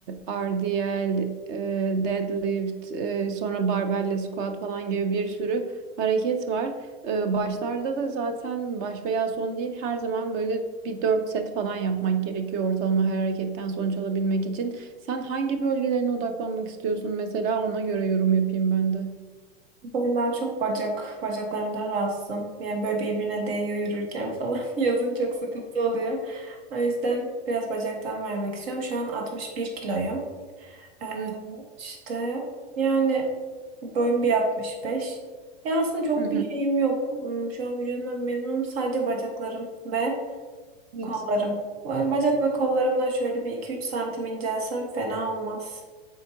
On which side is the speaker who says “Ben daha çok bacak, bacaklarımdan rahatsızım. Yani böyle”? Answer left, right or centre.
Right